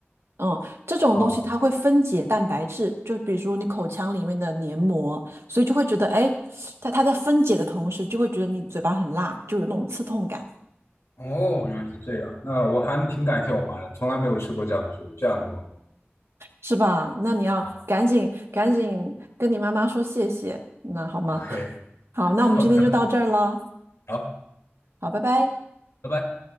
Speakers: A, on the right (about 70°); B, on the left (about 85°).
A: 嗯，这种东西它会分解蛋白质，
B: 哦
A: 就比如说你口腔里面的黏膜，所以就会觉得哎，诶它它在分解的同时就会觉得你嘴巴很辣，就有那种刺痛感。
B: 哦，原来是这样。那我还挺感谢我妈的，从来没有吃过这样的水，这样过。
A: 是吧？那你要赶紧赶紧跟你妈妈说谢谢，
B: 哦
A: 那好吗？
B: OK，
A: <laughs> 好，
B: <laughs>
A: 那我们今天就到这儿了，
B: 到了，好，
A: 好，拜拜。
B: 拜拜。